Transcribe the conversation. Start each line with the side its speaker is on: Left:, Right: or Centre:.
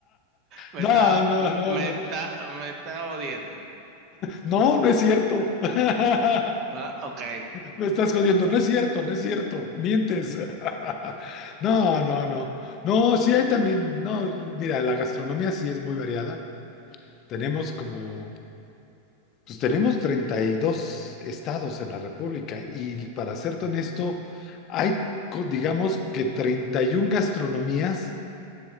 Right: Me
Left: No,
Right: está,
Left: no, no,
Right: me
Left: no.
Right: está, me está odiando.
Left: No, no es cierto. <laughs>
Right: Ah, ok.
Left: Me estás jodiendo. No es cierto, no es cierto. Mientes. <laughs> No, no, no. No, sí hay también. No, mira, la gastronomía sí es muy variada. Tenemos como pues tenemos 32 estados en la República y para serte honesto, hay, co- digamos que 31 gastronomías